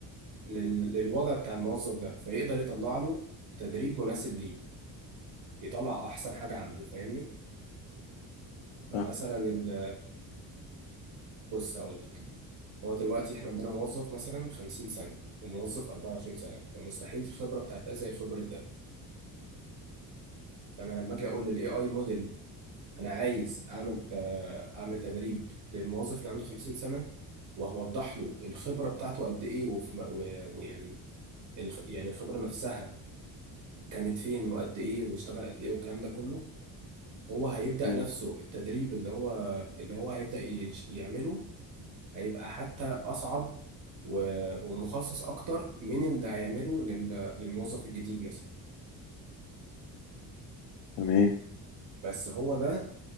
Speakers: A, on the right (about 80°); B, on the left (about 80°).
A: لل- للوضع بتاع الموظف ده فيقدر يطلع له تدريب مناسب ليه يطلع احسن حاجه عنده فاهمني فمثلا
B: آه.
A: ال- بص هقول لك هو دلوقتي احنا عندنا موظف مثلا 50 سنه وموظف 24 سنه فمستحيل الخبره بتاعت ده زي خبره ده فانا لما اجي اقول للاي اي موديل انا عايز اعمل آه، اعمل تدريب للموظف اللي عنده 50 سنه وهوضح له الخبره بتاعته قد ايه وفي م- و- ويعني الخ- يعني الخبره نفسها كانت فين وقد ايه واشتغل قد ايه والكلام ده كله هو هيبدأ
B: مم.
A: نفسه التدريب اللي هو اللي هو هيبدأ يش- يعمله هيبقى حتى أصعب و- ومخصص أكتر من اللي هيعمله لل- للموظف الجديد مثلا
B: تمام
A: بس هو ده